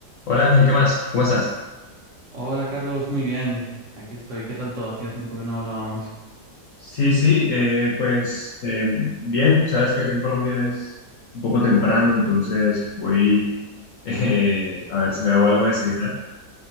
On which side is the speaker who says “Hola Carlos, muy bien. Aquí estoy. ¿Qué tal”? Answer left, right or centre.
Right